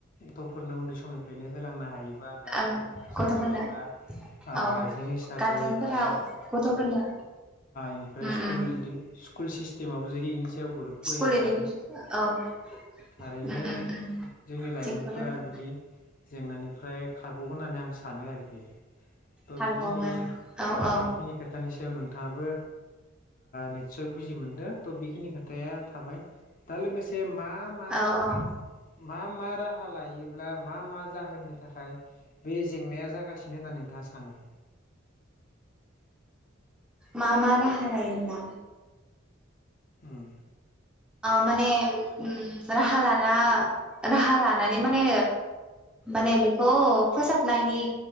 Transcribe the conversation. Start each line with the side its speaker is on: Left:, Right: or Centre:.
Left: गथ'फोरनो उन्दै समनिफ्रायनो होलांनो हायोबा गारजेन
Centre: ओ
Left: हिसाबै
Centre: गथ'फोरनो
Left: बा
Centre: औ
Left: गारजेन हिसाबै
Centre: गारजेनफोरा
Left: बा
Centre: गथ'फोरनो
Left: इनिफ्राय
Centre: उम
Left: स्कुल
Centre: उम
Left: स्कुल सिस्टेमाबबो जुदि इनि सायाव गुरुतथ'
Centre: स्कुल
Left: होयोबा
Centre: इडुकेसन औ
Left: थारैनो
Centre: उम उम उम
Left: जोंनि लाइमोनफोरा
Centre: थिगखौनो होनदों
Left: बिदि जेंनानि ओम्रफ्राय खारग'गोन होननानै आं सानो आरोखि थ'
Centre: खारबावगोन
Left: बेखिनि
Centre: औ औ
Left: बेखिनि खोथानि सायाव नोंथांङाबो निस्सय बुजि मोनदों त' बेखिनि खोथाया थाबाय दा लोगोसे मा मा -
Centre: औ
Left: मा
Centre: औ
Left: - मा मा मा राहा लायोब्ला मा मा जाहोननि थाखाय बे जेंनाया जागासिनो नो होननानै नोंथांङा सानो
Centre: मा मा राहा लायोब्ला
Left: ओम
Centre: माने राहा लाना राहा लानानै माने माने बेखौ फोसाबनायनि